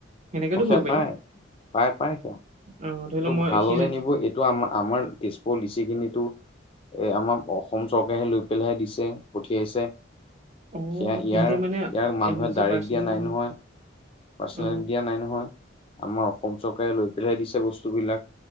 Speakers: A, on the right; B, on the left.
A: সেনেকেতো
B: পখে
A: কৰিব পাৰি
B: পাই পাই পাই চ
A: অ ধৰি লও
B: ত'
A: মই
B: ভাল
A: সি
B: হলে
A: যদি-
B: নিব এইটো আম আমাৰ তেজপুলিচিখিনি- নিতু আমাৰ অসম চৰকাৰে লৈ পেলাই দিছে পঠিয়াইছে।
A: অ
B: সয়া
A: সিহঁতে
B: ইয়াৰ
A: মানে
B: ইয়াৰ মানুহে
A: এ নিজে
B: ডাৰেক্ট
A: পাৰ্চনেলি
B: দিয়া নাই নহয়। পাৰ্চনেলি
A: অ
B: দিয়া নাই নহয় আমাৰ অসম চৰকাৰে লৈ পেলাইহে দিছে বস্তুবিলাক।